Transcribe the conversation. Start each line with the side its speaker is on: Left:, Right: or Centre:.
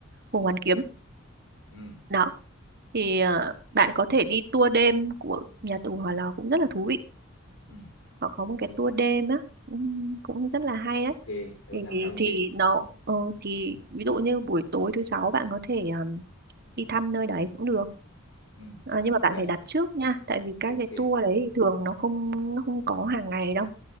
Right: Hồ Hoàn Kiếm
Left: ừ
Right: đó thì ờ, bạn có thể đi tour đêm của nhà tù Hỏa Lò cũng rất là thú vị
Left: ừ
Right: họ có một cái tour đêm á ừm, cũng rất là hay đấy
Left: để mình
Right: thì
Left: tham khảo thông
Right: thì
Left: tin
Right: nó ờ, thì ví dụ như buổi tối thứ sáu bạn có thể um, đi thăm nơi đấy cũng được
Left: ừ.
Right: à, nhưng mà bạn
Left: vậy
Right: phải đặt trước nha tại vì các
Left: ok
Right: cái tour đấy thì thường nó không nó không có hàng ngày đâu